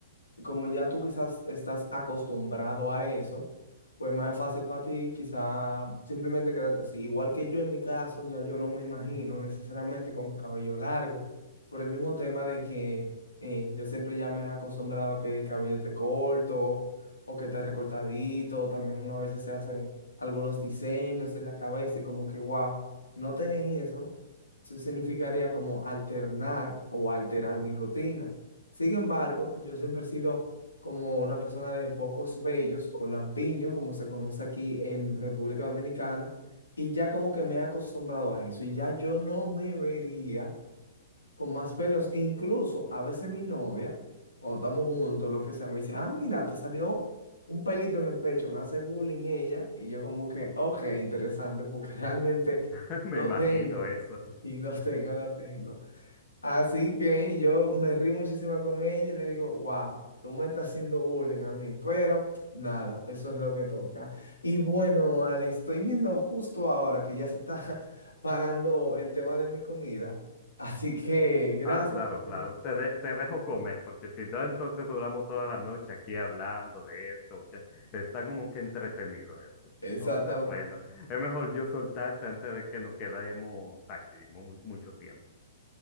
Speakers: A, on the left; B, on the left.
A: como ya tú quizás estás acostumbrado a eso, pues más fácil para ti quizás simplemente quedarte así. Igual que yo en mi caso, ya yo no me imagino necesariamente con mi cabello largo, por el mismo tema de que eh, yo siempre ya me he acostumbrado a que el cabello te corto o que te recortadito, también uno a veces se hace algunos diseños en la cabeza y como que, wow, no tener eso, eso significaría como alternar o alterar mi rutina. Sin embargo, yo siempre he sido como una persona de pocos vellos o lampiño, como se conoce aquí en República Dominicana, y ya como que me he acostumbrado a eso y ya yo no me vería con más pelos. Incluso a veces mi novia, cuando estamos juntos, lo que sea, me dice, ah, mira, te salió un pelito en el pecho, me hace bullying ella y yo como que, ok, interesante, porque <laughs> realmente
B: <laughs> Me
A: no
B: imagino
A: tengo
B: eso.
A: y no tengo, no tengo. Así que yo me río muchísimo con ella y le digo, wow, tú me estás haciendo bullying a mí, pero nada, eso es lo que toca. Y bueno, Ale, estoy viendo justo ahora que ya se está <laughs> parando el tema de mi comida. Así que gracias
B: Ah, claro,
A: por... con-
B: claro. Te, de- te dejo comer, porque si no, entonces duramos toda la noche aquí hablando de esto, que está como que entretenido eso.
A: Exactamente.
B: Entonces, bueno, es mejor yo soltarte antes de que nos quedemos aquí mu- mucho tiempo.